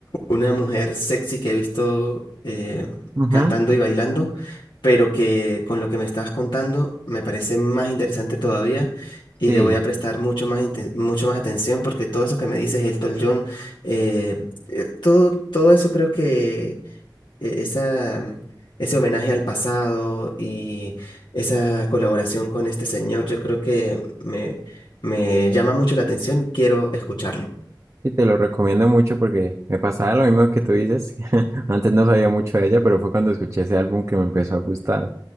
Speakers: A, on the left; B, on the right.
A: una mujer sexy que he visto eh,
B: Ujú,
A: cantando y bailando, pero que con lo que me estás contando me parece más interesante todavía y
B: Sí,
A: le voy a prestar mucho más, inte- mucho más atención porque todo eso que me dices, Elton John, eh, eh, todo, todo eso creo que eh, esa, ese homenaje al pasado y esa colaboración con este señor, yo creo que me, me llama mucho la atención y quiero escucharlo.
B: y te lo recomiendo mucho porque me pasaba lo mismo que tú dices. <laughs> Antes no sabía mucho de ella, pero fue cuando escuché ese álbum que me empezó a gustar